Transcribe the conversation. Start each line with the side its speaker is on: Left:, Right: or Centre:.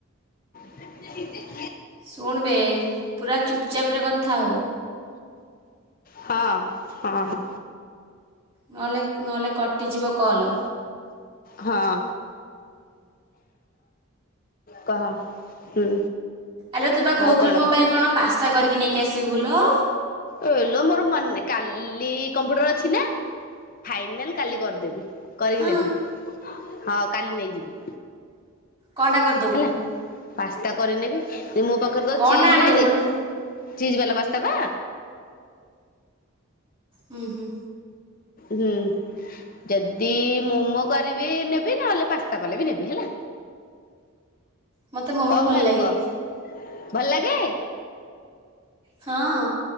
Left: <inaudible>
Right: ଶୁଣବେ ପୁରା ଚୁପଚାପ୍ ରେ କଥା ହୋ।
Left: ହଁ ହଁ।
Right: ନହେଲେ-ନହେଲେ କଟିଯିବ କଲ୍।
Left: ହଁ। କହ ହୁଁ।
Right: ଆଲୋ ତୁ ବା କହୁଥିଲୁ
Left: ଆଉ କଣ
Right: ମୋ ପାଇଁ କଣ ପାସ୍ତା କରିକି ନେଇକି ଆସିବୁ ଲୋ?
Left: ଏଇଲୋ ମୋର ମନେ ନାଇ କାଲି କମ୍ପ୍ୟୁଟର ଅଛି ନା ଫାଇନାଲ୍ କାଲି କରିଦେବି। କରିକି
Right: ହଁ
Left: ନେବି ହଁ କାଲି ନେଇଯିବି।
Right: କଣଟା କରିଦେବୁ?
Left: ହେଲା ପାସ୍ତା କରିନେବି ମୋ ପାଖରେ ତ
Right: କ'ଣଟା
Left: ଚିଜ୍
Right: ଆଣିଦେବୁ
Left: ନାହିଁ ଦେଖ
Right: ଗୋଟେ
Left: ଚିଜ ବାଲା ପାସ୍ତା ବା?
Right: ହୁଁ ହୁଁ।
Left: ହୁଁ। ଯଦି ମୋମୋ କରିବି ନେବି ନହେଲେ ପାସ୍ତା କଲେ ବି ନେବି ହେଲା।
Right: ମୋତେ ମୋମୋ
Left: କଣ
Right: ଭଲ
Left: ଖାଇବୁ
Right: ଲାଗେ
Left: କହ ଭଲ ଲାଗେ?
Right: ହଁ।